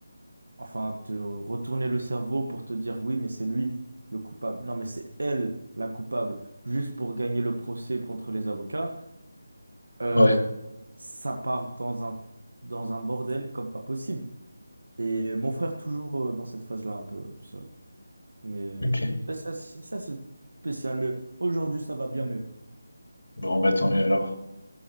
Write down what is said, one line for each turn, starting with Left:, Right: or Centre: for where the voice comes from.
Right: enfin, te retourner le cerveau pour te dire oui, mais c'est lui le coupable. Non, mais c'est elle la coupable, juste pour gagner le procès contre les avocats. Euh,
Left: ouais,
Right: ça part dans un, dans un bordel comme pas possible. Et mon frère, toujours euh, dans cette phase-là, un peu seul. Mais
Left: ok.
Right: ça, ça, ça, c'est spécial. Mais aujourd'hui, ça va bien mieux.
Left: Bon, bah tant mieux alors.